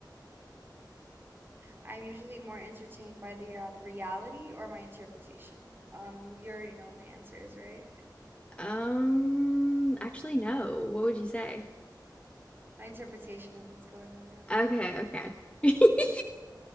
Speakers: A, on the right; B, on the left.
A: I'm usually more entertained by the rea- reality or my interpretation. Um, you already know my answers, right?
B: Um, actually, no. What would you say?
A: My interpretation of what's going on around
B: Okay,
A: me.
B: okay. <laughs>